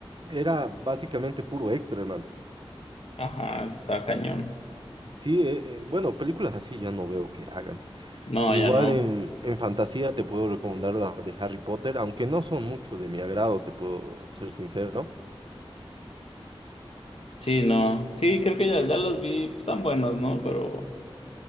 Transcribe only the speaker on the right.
era básicamente puro extra, hermano.
Sí, eh, eh, bueno, películas así ya no veo que hagan.
Igual
en, en fantasía te puedo recomendar las de Harry Potter, aunque no son mucho de mi agrado, te puedo ser sincero.